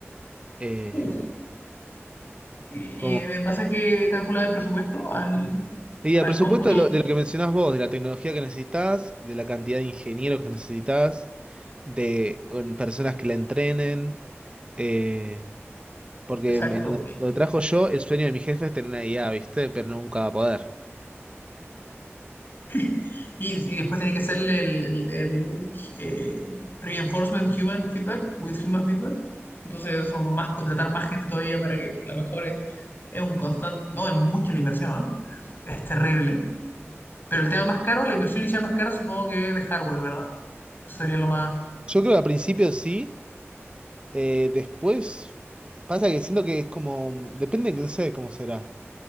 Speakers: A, on the right; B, on the left.
A: Eh,
B: Uf. ¿Y
A: como
B: y en base a qué calcula el presupuesto? Al,
A: Y el
B: al
A: presupuesto
B: cómputo.
A: de lo, de lo que mencionás vos, de la tecnología que necesitas, de la cantidad de ingenieros que necesitas, de bueno, personas que la entrenen, eh, porque
B: Exacto.
A: en donde, donde trabajo yo, el sueño de mi jefe es tener una IA, ¿viste? Pero nunca va a poder.
B: <laughs> Y, y después tiene que hacerle el, el- el, eh, reinforcement human feedback with human feedback. Entonces son más, contratar más gente todavía para que la mejore. Es un constante, no, es mucha la inversión, ¿eh? Es terrible. Pero el tema más caro, la inversión inicial más cara, supongo que es de hardware, ¿verdad? Eso sería lo más.
A: Yo creo que al principio sí, eh, después pasa que siento que es como, depende, no sé cómo será.